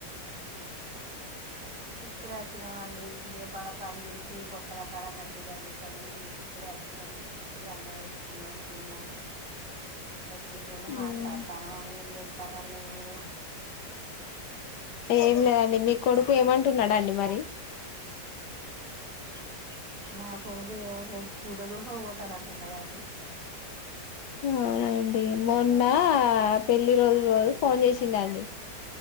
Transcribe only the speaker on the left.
ఉమ్
ఏం లేదండి మీ కొడుకు ఏమంటున్నడండి మరి?
అవునా అండి మొన్న పెళ్లి రోజు రోజు ఫోన్ చేసిండండి